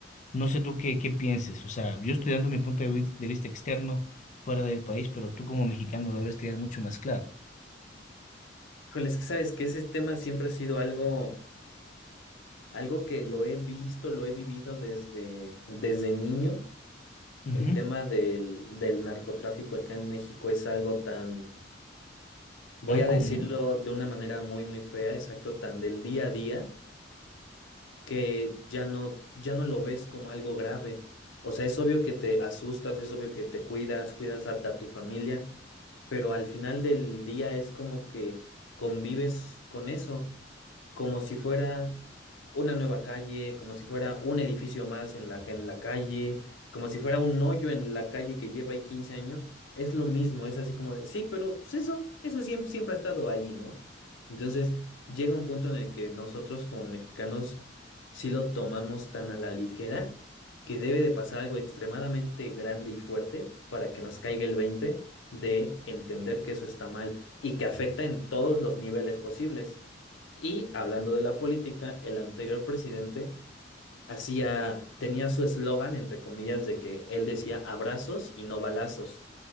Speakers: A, on the left (about 40°); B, on the left (about 85°).
A: No sé tú qué, qué pienses. O sea, yo estoy dando mi punto de vi- de vista externo fuera del país, pero tú como mexicano lo debes tener mucho más claro.
B: Híjole, es que sabes que ese tema siempre ha sido algo, algo que lo he visto, lo he vivido desde, desde niño.
A: Ujú.
B: El tema del, del narcotráfico acá en México es algo tan, voy
A: Tan
B: a
A: común,
B: decirlo de una manera muy, muy fea, exacto, tan del día a día que ya no, ya no lo ves como algo grave. O sea, es obvio que te asustas, es obvio que te cuidas, cuidas a, a tu familia, pero al final del día es como que convives con eso como si fuera una nueva calle, como si fuera un edificio más en la, en la calle, como si fuera un hoyo en la calle que lleva ahí 15 años. Es lo mismo, es así como de, sí, pero pues eso, eso siempre, siempre ha estado ahí, ¿no? Entonces llega un punto en el que nosotros como mexicanos sí lo tomamos tan a la ligera que debe de pasar algo extremadamente grande y fuerte para que nos caiga el 20 de entender que eso está mal y que afecta en todos los niveles posibles. Y hablando de la política, el anterior presidente hacía, tenía su eslogan, entre comillas, de que él decía abrazos y no balazos.